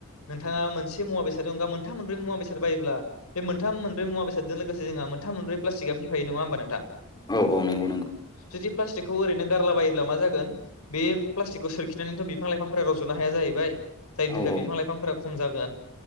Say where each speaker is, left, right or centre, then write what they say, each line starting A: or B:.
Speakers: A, on the left; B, on the left.
A: नोंथाङा मोनसे मुवा बेसादनि अनगा मोनथाम मोनब्रै मुवा बेसाद बायोब्ला बे मोनथाम मोनब्रै मुवा बेसादजों लोगोसे जोंहा मोनथाम मोनब्रै प्लाटिकआ फैफायो नङा होमबा नों
B: औ औ नंगौ नंगौ।
A: जुदि प्लास्टिकखौ ओरैनो गारलाबायोब्ला मा जागोन बे प्लास्टिकखौ सोरखिनानैथ' बिफां लाइफांफोरा रज'नो हाया जाहैबाय जायनि
B: औ
A: थाखाय
B: औ
A: बिफां लाइफांफोरा खम जागोन